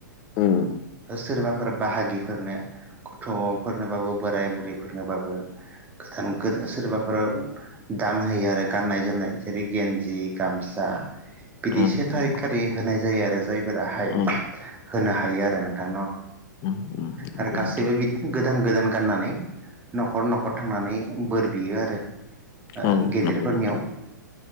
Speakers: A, on the left (about 35°); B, on the right (about 15°).
A: उम
B: सोरबाफोर बाहागिफोरनो गथ'फोरनोबाबो बोराय बुरैफोरनोबाबो गोदान गोदान सोरबाफोर दान होयो आरो गाननाय जोमनाय जेरै गेन्जि गामसा बिदि
A: उम
B: से थारिखारि
A: नंगौ
B: होनाय जायो आरो जायफोराहाय
A: औ
B: होनो हायो आरो नोंथांनाव
A: उम उम नंगौ
B: आरो गासैबो
A: नोंथां
B: बिदिनो गोदान गोदान गाननानै न'खर न'खर थांनानै बोर बियो आरो ओ
A: औ
B: गेदेरफोरनियाव
A: नंगौ नोंथां